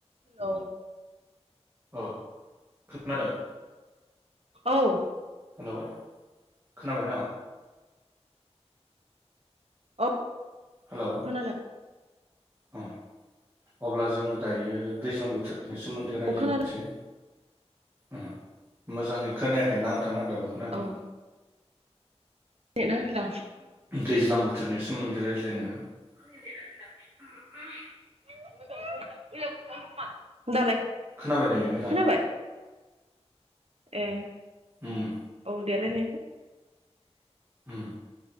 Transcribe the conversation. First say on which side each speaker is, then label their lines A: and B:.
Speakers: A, on the right; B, on the right.
A: हेलौ
B: अह खोनादों
A: औ
B: खोनाबाय खोनाबायन'?
A: औ
B: हेलौ
A: खोनाला
B: अ अब्ला जोंङो दायो दैज्लां बोथोरनि सोमोन्दै
A: औ
B: रायलायनोसै
A: खोनादों
B: उम मोजांङै खोनायाखै नां था नांथाबो खोनादों
A: औ नेटआ
B: दैज्लां बोथोरनि सोमोन्दै रायज्लायनो <unintelligible>
A: <unintelligible> दालाय
B: खोनाबाय दायो
A: खोनाबाय
B: मोजां
A: ए
B: उम
A: औ दे रायलायदो
B: उम